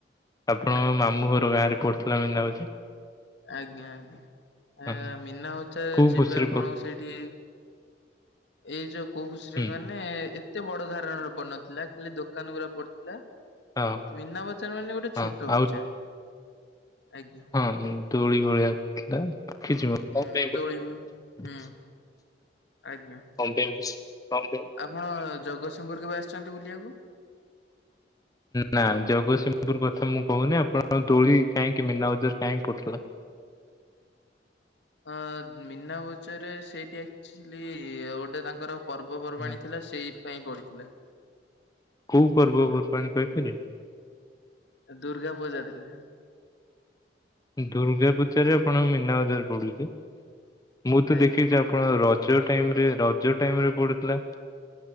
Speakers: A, on the left; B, on the left.
A: ଆପଣଙ୍କ
B: ଆଜ୍ଞା
A: ମାମୁଁ ଘର ଗାଁ ରେ ପଡ଼ିଥିଲା ମିନା ବଜାର।
B: ଆଜ୍ଞା ଆଜ୍ଞା
A: ହଁ
B: ମିନା ବଜାର
A: କୋଉ
B: ଯିବେ
A: ଖୁସିରେ
B: ଆପଣ
A: ପ
B: ସେଠି ଏଇ ଯୋଉ କୋଉ ଖୁସିରେ
A: ହୁଁ
B: କହିଲେ ଏତେ ବଡ ଧାରଣା ର ପଡି ନଥିଲା ଖାଲି ଦୋକାନ ଗୁୁରା ପଡିଥିଲା।
A: ହଁ
B: ମୀନା ବଜାର ମାନେ ଗୋଟେ
A: ହଁ
B: ଛୋଟ ବଜାର
A: ଆଉ
B: ହଉଛେ ଆଜ୍ଞା
A: ହଁ ଦୋଳି ଗୋଳି ଆସିଥିଲା। <unintelligible> କଣ
B: ହୁଁ
A: ପାଇଁ କଣ
B: ଦୋଳିବ ହୁଁ ଆଜ୍ଞା
A: ପାଇଁ? କଣ ପାଇଁ?
B: ଆପଣ ଜଗତସିଂହପୁର କେବେ ଆସିଛନ୍ତି ବୁଲିବାକୁ?
A: ନା ଜଗତସିଂହପୁର କଥା ମୁଁ କହୁନି ଆପଣଙ୍କ ଦୋଳି କାହିଁକି ମନା ବଜାର କାହିଁକି ପଡୁଥିଲା?
B: ଅ ମୀନା ବଜାରରେ ସେଇଠି ଆକ୍ଚୁଲି ଗୋଟେ ତାଙ୍କର ପର୍ବପର୍ବାଣି
A: ନା।
B: ଥିଲା ସେଇଥି ପାଇଁ ପଡିଥିଲା।
A: କୋଉ ପର୍ବପର୍ବାଣି କହିପାରିବେ?
B: ଦୁର୍ଗା ପୂଜା ଥିଲା।
A: ଦୁର୍ଗା ପୂଜାରେ ଆପଣଙ୍କ ମୀନା ବଜାର ପଡୁଛି ମୁଁ ତ
B: ଆଜ୍ଞା
A: ଦେଖିଛି ଆପଣଙ୍କ ରଜ ଟାଇମରେ ରଜ ଟାଇମରେ ପଡ଼ୁଥିଲା।